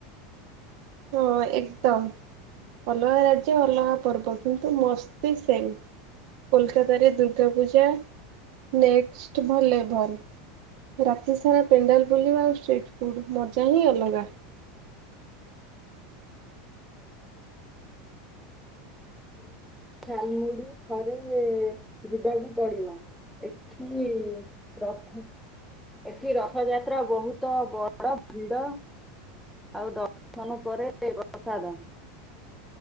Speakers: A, on the right (about 55°); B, in the centre.
A: ହଁ ଏକଦମ ଅଲଗା ରାଜ୍ୟ ଅଲଗା ପର୍ବ କିନ୍ତୁ ମସ୍ତି ସେମ୍ କୋଲକାତାରେ ଦୁର୍ଗା ପୂଜା ନେକ୍ସଟ ଭଲେ ଭଲ ରାତି ସାରା ପେଣ୍ଡାଲ ବୁଲିବା ଆଉ ଷ୍ଟ୍ରିଟ୍ ଫୁଡ଼୍ ମଜା ହିଁ ଅଲଗା।
B: ଝାଲମୁଡି ଥରେ ଯିବାକୁ ପଡିବ ଏଠି ରଥ ଏଠି ରଥଯାତ୍ରା ବହୁତ ବଡ ଭିଡ ଆଉ ଦର୍ଶନ ପରେ ପ୍ରସାଦ